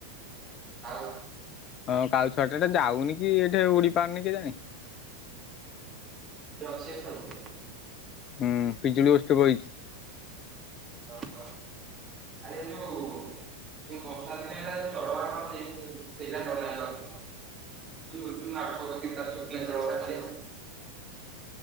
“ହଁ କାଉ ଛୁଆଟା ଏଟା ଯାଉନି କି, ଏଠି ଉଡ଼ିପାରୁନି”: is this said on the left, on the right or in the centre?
Left